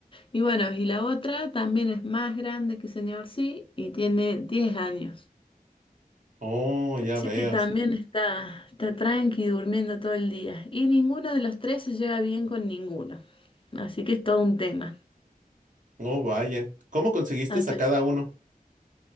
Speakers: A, on the left; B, on the right.
A: y bueno, y la otra también es más grande que señor sí y tiene 10 años.
B: Oh, ya
A: Así
B: veo.
A: que también está, está tranqui durmiendo todo el día. Y ninguno de los tres se lleva bien con ninguno. Así que es todo un tema.
B: Oh, vaya. ¿Cómo conseguiste
A: Ah, pe-
B: a cada uno?